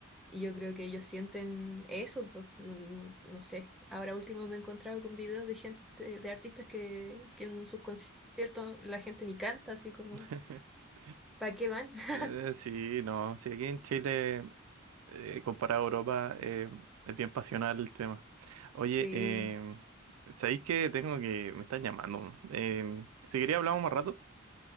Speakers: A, in the centre; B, on the right.
A: Y yo creo que ellos sienten eso, pues no, no, no sé. Ahora último me he encontrado con videos de gente, de artistas que, que en sus conciertos la gente ni canta, así como,
B: <laughs>
A: ¿para qué van? <laughs>
B: Eh, sí, no, sí, aquí en Chile. eh, comparado a Europa, eh, es bien pasional el tema. Oye,
A: Sí.
B: eh, ¿sabéis que tengo que... me están llamando? Eh, si quería hablamos más rato,